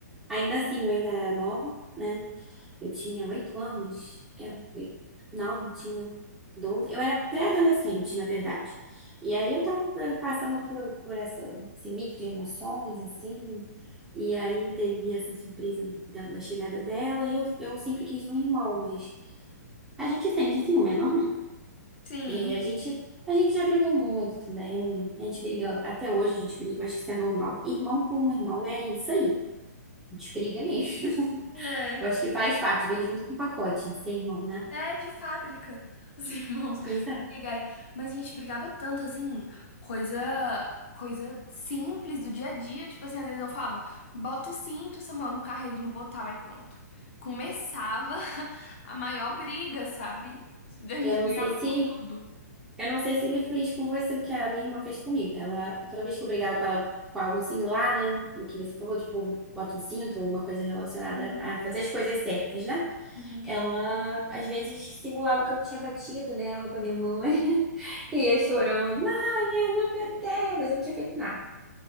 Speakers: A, in the centre; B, on the left.
A: ainda assim eu ainda era nova, né? Eu tinha oito anos. É, oito. Não, eu tinha 12. Eu era pré-adolescente, na verdade. E aí eu tava eh, passando por, por essa, esse mix de emoções, assim. E aí teve essa surpresa da, da chegada dela. E eu, eu sempre quis um irmão, mas a gente sente ciúme, é normal.
B: Sim.
A: E a gente, a gente já brigou muito também. A gente briga, até hoje a gente briga, eu acho que isso é normal. Irmão com um irmão é isso aí. A gente briga mesmo. <laughs>
B: é.
A: Eu acho que faz parte, vem junto com o pacote de ser irmão, né?
B: É de fábrica, os <laughs> irmãos
A: Pois é.
B: brigarem. Mas a gente brigava tanto, assim, coisa, coisa simples do dia a dia. Tipo assim, às vezes eu falava, bota o cinto, Samuel, no carro, ele não botava e pronto. Começava <laughs> a maior briga, sabe? A gente
A: Eu não
B: brigava
A: sei se,
B: por tudo.
A: eu não sei se ele fez com você o que a minha irmã fez comigo. Ela, toda vez que eu brigava com ela com algo similar, né? Do que você falou, tipo, bota o cinto ou uma coisa relacionada
B: Uhum,
A: a fazer as coisas certas, né?
B: uhum.
A: Ela, às vezes, simulava que eu tinha batido nela com a minha mãe. <laughs> E ia chorando. ai minha não aguentei. Mas eu não tinha feito nada.